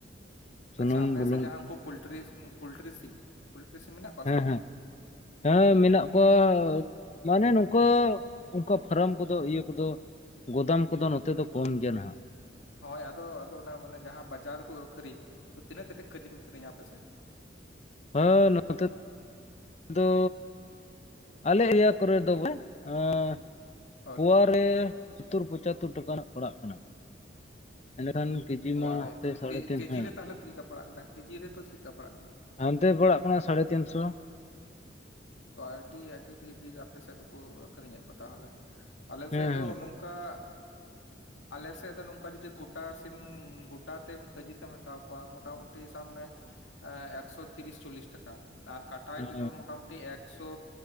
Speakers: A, on the left (about 35°); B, on the left (about 80°).
A: ᱥᱩᱱᱩᱢ
B: ᱟᱪᱪᱷᱟ ᱟᱯᱮ
A: ᱵᱩᱞᱩᱝ
B: ᱥᱮᱜ ᱡᱟᱦᱟᱸ
A: ᱠᱚ
B: ᱩᱱᱠᱩ ᱯᱩᱞᱴᱨᱤ ᱩᱢ ᱯᱩᱞᱴᱨᱤ ᱥᱤᱢ ᱯᱩᱞᱴᱨᱤ ᱥᱤᱢ ᱢᱤᱱᱟᱜᱼᱼ
A: ᱦᱮᱸ ᱦᱮᱸ ᱦᱮᱸ ᱢᱮᱱᱟᱜ ᱠᱚᱣᱟ ᱚᱻ ᱢᱟᱱᱮ ᱱᱚᱝᱠᱟ ᱩᱝᱠᱟ ᱯᱷᱟᱨᱟᱢ ᱠᱚᱫᱚ ᱤᱭᱟᱹ ᱠᱚᱫᱚ᱾ ᱜᱚᱫᱟᱢ ᱠᱚᱫᱚ ᱱᱚᱛᱮ ᱫᱚ ᱠᱚᱢ ᱜᱮᱭᱟ ᱱᱟᱦᱟᱜ᱾
B: ᱦᱳᱭ ᱟᱫᱚ ᱟᱫᱚ ᱚᱱᱟ ᱢᱟᱱᱮ ᱡᱟᱦᱟᱸ ᱵᱟᱡᱟᱨ ᱨᱮᱠᱚ ᱟᱹᱠᱷᱨᱤᱧ, ᱛᱚ ᱛᱤᱱᱟᱹᱜ ᱠᱟᱛᱮᱫ ᱠᱟᱹᱡᱤ ᱠᱚ ᱟᱹᱠᱷᱤᱨᱤᱧᱟ ᱟᱯᱮᱥᱮᱜ?
A: ᱦᱮ ᱱᱚᱣᱟ <unintelligible> ᱫᱚ ᱟᱞᱮ ᱤᱭᱟᱹ ᱠᱚᱨᱮ ᱫᱚ ᱵᱚᱞᱮ ᱮᱸ
B: ᱦᱳᱭ
A: ᱯᱳᱣᱟ ᱨᱮ ᱥᱳᱛᱛᱳᱨ ᱯᱚᱪᱟᱛᱳᱨ ᱴᱟᱠᱟ ᱱᱟᱦᱟᱜ ᱯᱟᱲᱟᱜ ᱠᱟᱱᱟ᱾ ᱮᱸᱰᱮᱠᱷᱟᱱ ᱠᱮᱡᱤ
B: ᱯᱚᱣᱟ
A: ᱢᱟ
B: ᱨᱮ
A: ᱦᱟᱱᱛᱮ
B: ᱢᱟᱱᱮ
A: ᱥᱟᱲᱮ
B: ᱠᱮ-
A: ᱛᱤᱱ
B: ᱠᱮᱡᱤ
A: ᱥᱚ
B: ᱨᱮ ᱛᱟᱦᱚᱞᱮ ᱪᱮᱫ ᱞᱮᱠᱟ ᱯᱟᱲᱟᱜ ᱠᱟᱱᱟ ᱠᱮᱡᱤ ᱨᱮ ᱛᱚ ᱪᱮᱫ ᱞᱮᱠᱟ ᱯᱟᱲᱟᱜ ᱠᱟᱱᱟ?
A: ᱦᱟᱱᱛᱮ ᱯᱟᱲᱟᱜ ᱠᱟᱱᱟ ᱥᱟᱲᱮ ᱛᱤᱱ ᱥᱚ᱾
B: ᱛᱚ ᱟᱹᱰᱤ ᱟᱹᱰᱤ ᱰᱷᱤᱨ ᱰᱷᱤᱨ ᱟᱯᱮ ᱥᱮᱫ ᱫᱩᱠᱩ ᱟᱹᱠᱷᱨᱤ ᱧᱮᱫ ᱠᱚᱣᱟ ᱛᱟᱦᱚᱞᱮ ᱟᱞᱮ
A: ᱦᱮᱸ
B: ᱥᱮᱫ ᱫᱚ
A: ᱦᱮᱸ
B: ᱱᱚᱝ ᱠᱟᱜ ᱟᱞᱮ ᱥᱮᱫ ᱫᱚ ᱱᱚᱝᱠᱟ ᱡᱩᱫᱤ ᱜᱚᱴᱟ ᱥᱤᱢ ᱜᱚᱴᱟ ᱛᱮᱢ ᱠᱮᱡᱤ ᱛᱮᱢ ᱦᱟᱛᱟᱣ ᱠᱚᱣᱟ ᱢᱚᱴᱟᱢᱩᱴᱤ ᱥᱟᱵᱽ ᱢᱮ, ᱮ ᱮᱠᱥᱚ ᱛᱤᱨᱤᱥ ᱪᱚᱞᱤᱥ ᱴᱟᱠᱟ ᱟᱨ ᱠᱟᱴᱟᱭ ᱛᱮᱫᱚ
A: ᱦᱮᱸ
B: ᱢᱚᱴᱟᱢᱩᱴᱤ ᱮᱠᱥᱚ